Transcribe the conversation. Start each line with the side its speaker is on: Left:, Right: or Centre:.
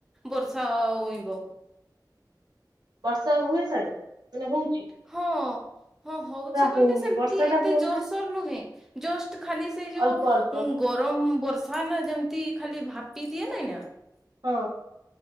Centre: ବର୍ଷା ହଇବ
Right: ବର୍ଷା ହୁଏ ସଡେ ମାନେ ହ
Centre: ହଁ ହଁ ହଉଛି କହିଲେ
Right: ହଉନି
Centre: ସେମତି
Right: ବର୍ଷା
Centre: ଏତେ
Right: ଟା ହୁଅନ୍ତା।
Centre: ଜୋରସୋର ନୁହେଁ ଜଷ୍ଟ ଖାଲି ସେଇ ଯୋଉ
Right: ଅଳ୍ପ ଅଳ୍ପ
Centre: ଉଁ ଗରମ ବର୍ଷା ନା ଯେମିତି ଖାଲି ଭାପି ଦିଏ ନାଇଁ ନା
Right: ହଁ